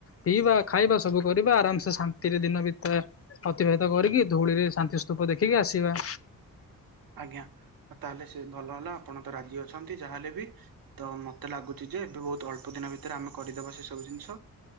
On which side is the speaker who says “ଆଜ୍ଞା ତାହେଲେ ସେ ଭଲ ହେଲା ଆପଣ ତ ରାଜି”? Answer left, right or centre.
Right